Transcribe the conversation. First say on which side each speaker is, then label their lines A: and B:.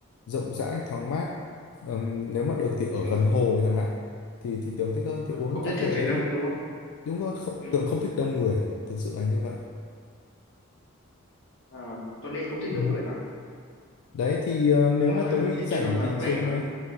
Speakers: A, on the left; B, on the left.
A: rộng rãi thoáng mát Ừm, nếu mà được thì ở
B: ừ.
A: gần hồ chẳng hạn thì thì tường thích hơn thì uống
B: không
A: cà
B: nhất
A: phê
B: thiết
A: ở
B: phải
A: đấy
B: đông đúng không
A: đúng rồi không,
B: ừ.
A: tường không thích đông người thực sự là như vậy
B: à, Tuấn Anh không thích
A: Ừ.
B: đông người lắm
A: đấy thì ờ, nếu
B: cũng
A: mà
B: à,
A: Tuấn Huy
B: thích
A: rảnh
B: chỗ nào vắng
A: thì
B: vẻ
A: chiều nay
B: hơn